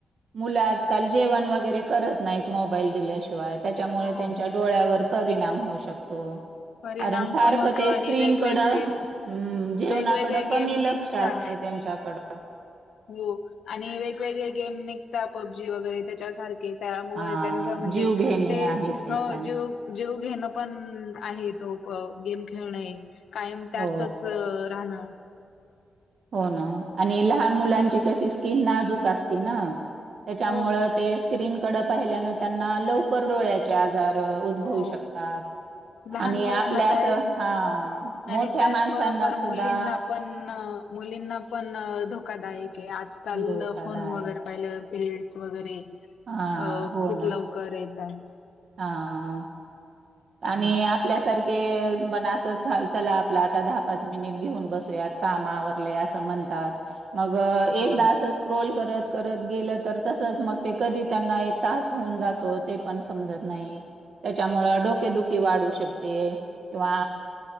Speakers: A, on the right; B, on the left.
A: मुलं आजकाल जेवण वगैरे करत नाहीत मोबाईल दिल्याशिवाय त्याच्यामुळे
B: हो
A: त्यांच्या डोळ्यावर परिणाम होऊ शकतो
B: परिणाम
A: कारण सारख
B: पण होतो
A: ते
B: आणि
A: स्क्रीनकड
B: वेगवेगळे
A: अम्म जेवणाकड
B: वेगवेगळे
A: कमी
B: गेम निघता
A: लक्ष त्यांच्याकडे
B: हो आणि वेगवेगळे गेमने पबजी वगैरे त्याच्या सारखे त्यामुळे
A: हा
B: त्यांच म्हणजे
A: जीव घेणे
B: ते
A: आहे ते
B: ह
A: पण
B: जीव जीव घेणं पण आहे तो गेम खेळणें कायम त्यातच
A: हो
B: राहणं.
A: हो ना आणि लहान मुलांची कशी स्किन नाजूक असती ना. त्याच्यामुळे
B: हो
A: ते स्क्रीन कडे पाहिल्यान त्यांना लवकर डोळ्याचे आजार. आजार उद्भवू
B: हो
A: शकतात,
B: लहान
A: आणि
B: मुलांना
A: आपल्या
B: तर
A: अस
B: आहेच
A: हा
B: आणि
A: मोठ्या
B: त्याचबरोबर
A: माणसांना
B: मुलींना
A: सुद्धा
B: पण मुलींना पण धोका कदाय <unintelligible> आजकाल
A: धोकादायक
B: फोन वगैरे पाहिलं पिरियडस वगैरे अं
A: हा हो
B: खूप
A: ना
B: लवकर येतात.
A: हा. आणि आपल्यासारखे पण असं चला आपलं आता दहा-पाच मिनिट घेऊन बसुयात, काम आवरले असं म्हणतात. मग एकदा
B: हो
A: अस स्क्रोल करत. करत गेलं तर, तसच मग ते कधी त्यांना एक तास होऊन जातो ते पण समजत नाही. त्याच्यामुळे डोक. वाढू शकते, किंवा